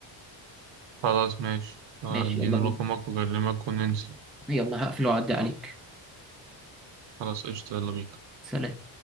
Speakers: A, on the right (about 65°); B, in the centre.
A: خلاص ماشي اديني
B: ماشي يلا بينا
A: رقمك واكلمك وننزل
B: يلا هقفل وأعدي عليك
A: خلاص قشطة يلا بينا
B: سلام